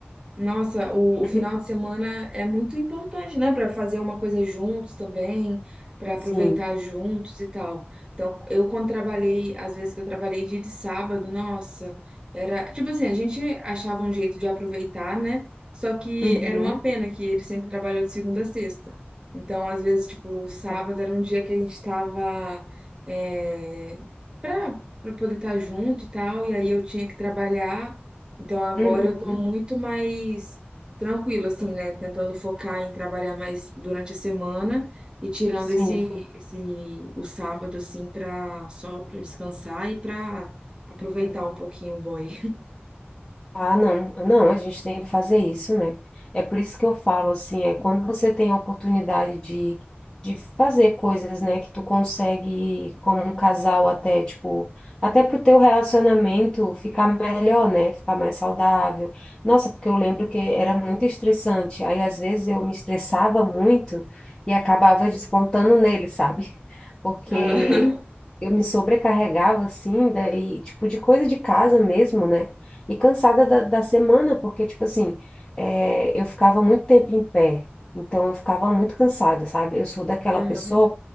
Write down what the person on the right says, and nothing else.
Nossa, o, o final
de semana é muito importante, né? Para fazer uma coisa juntos também, para aproveitar
juntos e tal. Então, eu quando trabalhei, às vezes que eu trabalhei dia de sábado, nossa, era tipo assim, a gente achava um jeito de aproveitar, né? Só que
era uma pena que ele sempre trabalhou de segunda a sexta. Então, às vezes, tipo, o sábado
era um dia que a gente tava é, para para poder estar junto e tal, e aí eu tinha que trabalhar. Então agora
eu tô muito mais tranquila, assim, né? Tentando focar em trabalhar mais durante a semana e tirando
esse, esse, o sábado, assim, pra, só pra descansar e pra aproveitar
um pouquinho o boy.
<laughs> Aham,
aham.